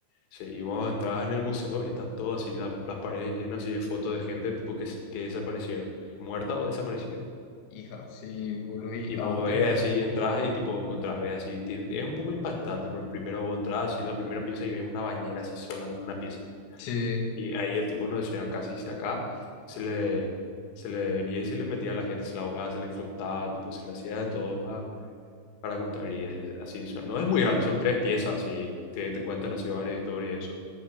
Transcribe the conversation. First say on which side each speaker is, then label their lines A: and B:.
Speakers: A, on the left; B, on the left.
A: sí, y vos entrabas en el museo y está todo así, la- las paredes llenas así de fotos de gente tipo que, se- que desaparecieron, muerta o desaparecida.
B: Hija, sí, boludo, y
A: Y vos
B: antes.
A: ves así, entras y tipo encontrás, ves así, ti- es un poco impactante, pero primero vos entras así en la primera pieza y ves una bañera así sola en una pieza.
B: Sí,
A: Y ahí el tipo no decía, casi se acá, se le, se le venía y se le metía a la gente, se la ahogaba, se le electrocutaba, tipo se le hacía de todo, va, para contar y ahí- así son. No es muy grande, son tres piezas y te, te cuentan así varias historias y eso.